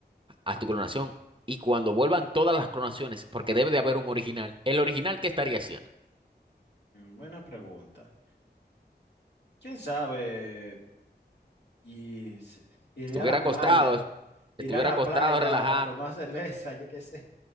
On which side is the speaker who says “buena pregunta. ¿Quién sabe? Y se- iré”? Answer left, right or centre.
Left